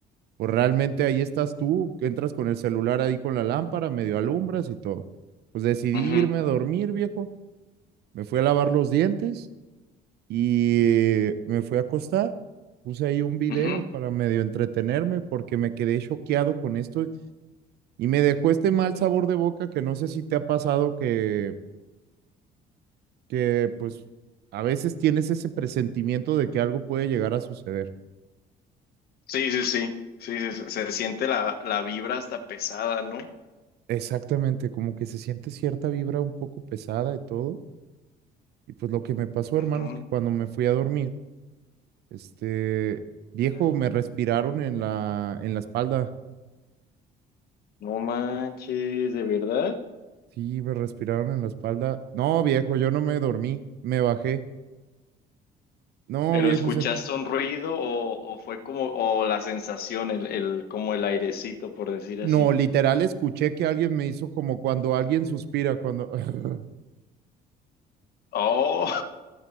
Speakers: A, on the right (about 75°); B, on the left (about 65°).
A: pues realmente ahí estás tú, entras con el celular ahí con la lámpara, medio alumbras y todo. Pues decidí
B: ujú,
A: irme a dormir, viejo. Me fui a lavar los dientes y eh, me fui a acostar, puse ahí un video
B: ujú.
A: para medio entretenerme porque me quedé choqueado con esto y me dejó este mal sabor de boca que no sé si te ha pasado que, que pues a veces tienes ese presentimiento de que algo puede llegar a suceder.
B: Sí, sí, sí. Sí, se, se- siente la, la vibra hasta pesada, ¿no?
A: Exactamente, como que se siente cierta vibra un poco pesada y todo. Y pues lo que me pasó,
B: Ujú,
A: hermano, es que cuando me fui a dormir, este viejo
B: ok.
A: me respiraron en la, en la espalda.
B: No manches, ¿de verdad?
A: Sí, me respiraron en la espalda. No, viejo, yo no me dormí, me bajé. No,
B: ¿Pero
A: viejo,
B: escuchaste
A: se...
B: un ruido o, o fue como, o la sensación, el, el, como el airecito, por decir
A: no,
B: así?
A: literal escuché que alguien me hizo como cuando alguien suspira, cuando... <laughs>
B: Oh,